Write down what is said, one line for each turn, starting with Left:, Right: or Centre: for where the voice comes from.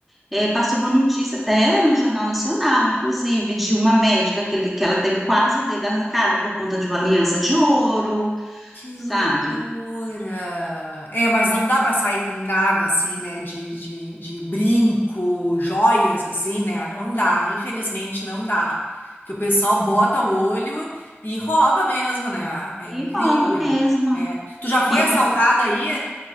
Centre: É, passou uma notícia até no Jornal Nacional, inclusive, de uma médica que, ele, que ela teve quase o dedo arrancado por conta de uma aliança de ouro,
Left: Que
Centre: sabe?
Left: loucura! É, mas não dá pra sair com nada assim, né? De, de, de brinco, joias assim, né? Não dá, infelizmente não dá. Que o pessoal bota o olho e rouba mesmo, né? É incrível.
Centre: E rouba mesmo.
Left: É. Tu já foi
Centre: E,
Left: assaltada aí?